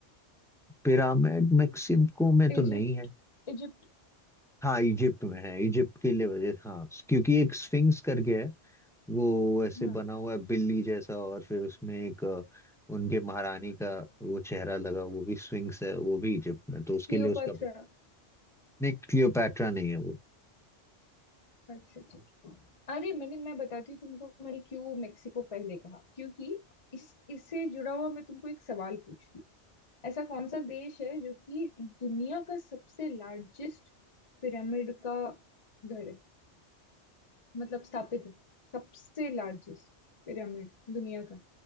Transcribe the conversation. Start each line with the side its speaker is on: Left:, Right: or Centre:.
Centre: पिरामिड मैक्सिमको में तो
Left: इजिप्ट
Centre: नहीं है
Left: इजिप्ट
Centre: हाँ इजिप्ट में है इजिप्ट के लिए वजह हाँ क्योंकि एक स्फिंक्स करके है वो ऐसे
Left: हाँ
Centre: बना हुआ है बिल्ली जैसा और फिर उसमें एक अ, उनके महारानी का वो चेहरा लगा वो भी स्फिंक्स है वो भी इजिप्ट में तो उसके
Left: क्लियोपात्रा
Centre: लिए उसका नहीं क्लियोपैट्रा नहीं है वो
Left: अच्छा ठीक है अरे मैंने मैं बताती हूँ तुमको मैंने क्यों मेक्सिको पहले कहा क्योंकि इस इससे जुड़ा हुआ मैं तुमको एक सवाल पूछती हूँ ऐसा कौन सा देश है जो कि दुनिया का सबसे लार्जेस्ट पिरामिड का घर है मतलब स्थापित है सबसे लार्जेस्ट पिरामिड दुनिया का